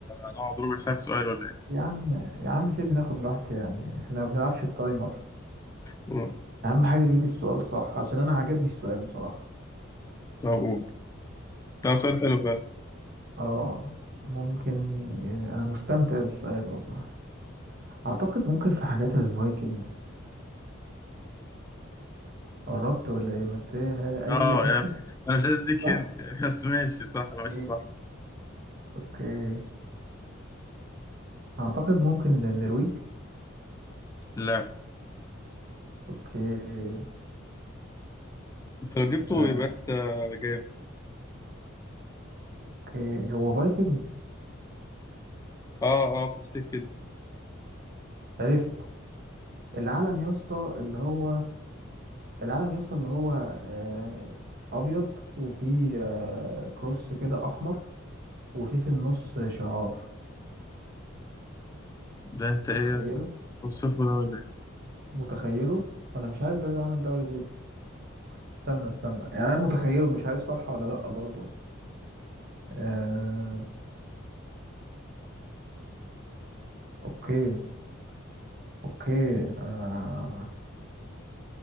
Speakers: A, on the left; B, on the right.
A: هنقعد ربع ساعة في سؤال ولا إيه
B: يا عم يا عم سيبني ناخد راحتي يعني احنا ما بنلعبش في تايمر
A: مم.
B: أهم حاجة أجيب السؤال صح عشان أنا عجبني السؤال بصراحة
A: طب ده سؤال حلو فعلا
B: اه ممكن آه، انا مستمتع بالسؤال والله اعتقد ممكن في حاجات الفايكنجز قربت ولا ايه ما إنت اي
A: اه يعني انا مش عايز
B: <laughs>
A: اديك
B: صح
A: هنت يعني بس ماشي صح ماشي
B: اوكي
A: صح
B: اوكي اعتقد ممكن النرويج
A: لا
B: اوكي
A: انت لو جبته
B: آه،
A: يبقى انت جامد
B: اوكي هو فايكنجز
A: اه اه في السكه دي
B: عرفت العلم يا اسطى اللي هو العلم يا اسطى اللي هو آه، ابيض وفيه آه، كروس كده احمر وفيه في النص شعار
A: ده انت ايه
B: متخيله
A: يا اسطى توصفه ده ولا
B: متخيله انا مش عارف ده العلم دولة ايه استنى استنى يعني انا متخيله مش عارف صح ولا لا برضه آه... اوكي اوكي آه...